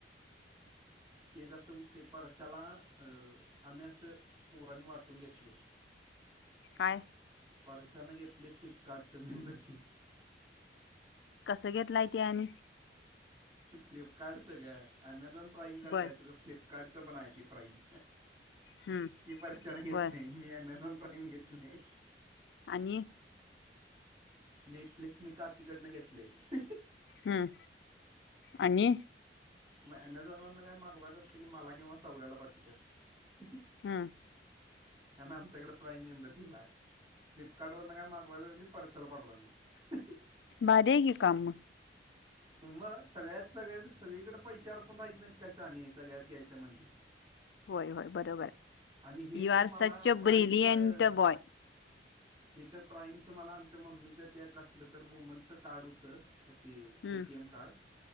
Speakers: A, on the right (about 25°); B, on the left (about 75°).
A: ते कसं हुतंय परशाला आम्ही असं पोरानी वाटून घेतलंय
B: काय?
A: पर्शानं घेतलंय फ्लिपकार्टचं मेंबरशिप,
B: कसं घेतलाय ते आणि
A: फ्लिपकार्टचं गं अमेझॉन प्राईम कसं
B: बर
A: आहे तुझ फ्लिपकार्टचं पण आहे ते प्राईम.
B: हम्म
A: ती परशान घेतलय,
B: बर
A: मी अमेझॉन प्राईम घेतलंय.
B: आणि
A: नेटफ्लिक्स मी काकीकडनं घेतलंय
B: हम्म आणि
A: मग अमेझॉन वरनं काय मागवायचं असलं की मला किंवा सौऱ्याला पाटवत्यात,
B: हम.
A: कारण आमच्याकडे प्राईम मेंबरशिप आहे. फ्लिपकार्ट वरनं काय मागवायच असलं की परश्याला पाठवायचं.
B: भारी आहे की काम म
A: मग सगळ्यात सगळे सगळीकडे पैसे अडकून राहीत नाहीत काय शाने, सगळ्यात घ्यायचं म्हणजे
B: होय, होय, बरोबर,
A: आणि हे
B: यू
A: तर
B: आर
A: मला
B: सच अ
A: प्राईमचं
B: ब्रिलियंट बॉय.
A: हे तर प्राईमच मला आमच्या मम्मीच्या त्या कसलं तर वुमनच काढ होतं. ते
B: हम्म
A: ए, टी, एम, कार्ड